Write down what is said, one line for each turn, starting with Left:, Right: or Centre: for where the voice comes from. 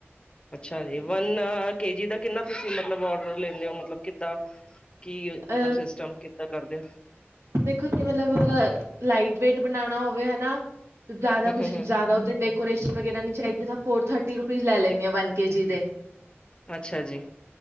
Left: ਅੱਛਾ ਜੀ, ਵਨ ਕੇ ਜੀ ਦਾ ਕਿੰਨਾ ਤੁਸੀ ਮਤਲਬ ਓਰਡਰ ਲੈਨੇ ਓ, ਮਤਲਬ ਕਿੱਦਾ? ਕੀ
Right: ਅ
Left: ਮਤਲਬ ਸਿਸਟਮ ਕਿੱਦਾ ਕਰਦੇ ਔ?
Right: ਦੇਖੋ <unintelligible> ਲਾਈਟ ਵੇਟ ਬਨਾਣਾ ਹੋਵੇ, ਹਨਾ ਜਾਦਾ
Left: ਹੂੰ-ਹੂੰ,
Right: ਕੁਛ,
Left: ਹੂੰ,
Right: ਜਾਦਾ ਉਤੇ ਡੈਕੋਰੇਸ਼ਨ ਵਗੈਰਾ ਨੀ ਚਾਈਦੀ, ਤਾ ਫੋਰ ਥਰਟੀ ਰੁਪੀਜ਼ ਲੈ ਲੈਨੇ
Left: ਹੂੰ,
Right: ਆ ਵਨ ਕੇ ਜੀ ਦੇ।
Left: ਅੱਛਾ ਜੀ।